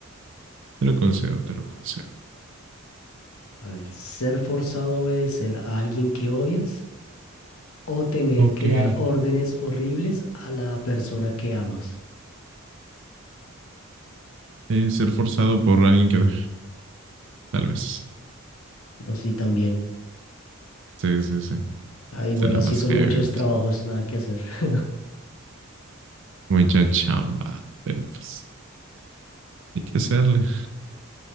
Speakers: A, on the right (about 60°); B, on the left (about 75°).
A: Te lo concedo, te lo concedo.
B: A ver, ¿ser forzado a obedecer a alguien que odias? o tener
A: Ok.
B: que
A: eh,
B: dar órdenes horribles a la persona que amas.
A: ser forzado por alguien que... Tal vez.
B: No, sí, también.
A: Sí, sí, sí.
B: Ah, igual
A: Será
B: así
A: más
B: son
A: heavy.
B: muchos trabajos, nada que hacer. <laughs>
A: Mucha chamba. Pero pues hay que hacerle